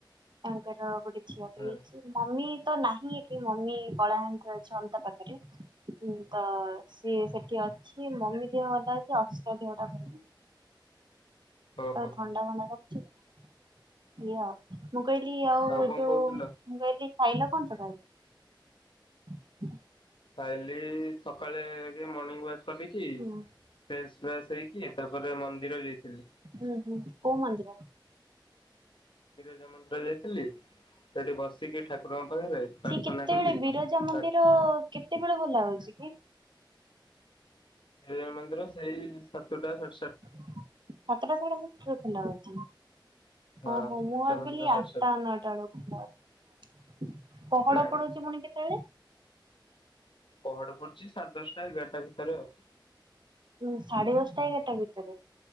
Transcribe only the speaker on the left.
ହଁ
ଓହୋ
କଣ
କହୁଥିଲ?
ଖାଇଲି ସକାଳେ ମର୍ନିଙ୍ଗ ୱାକ୍ କରିକି
ଫ୍ରେସ୍ ଫ୍ରେସ୍ ହେଇକି ତାପରେ ମନ୍ଦିର ଯାଇଥିଲି
ବିରଜା ମନ୍ଦିର ଯାଇଥିଲି ସେଠି ବସିକି ଠାକୁରଙ୍କ ପାଖରେ ପ୍ରାର୍ଥନା
କଲି
ତା
ବିରଜା ମନ୍ଦିର ସେଇ ସାତଟା ସା
ହଁ
ବିରଜା
ମନ୍ଦିର ସାଢେ
ସାତଟା
ନା
ନା
ପହଡ ପଡୁଚି ସାଢେ ଦଶଟା ଏଗାରଟା ଭିତରେ ଆଉ,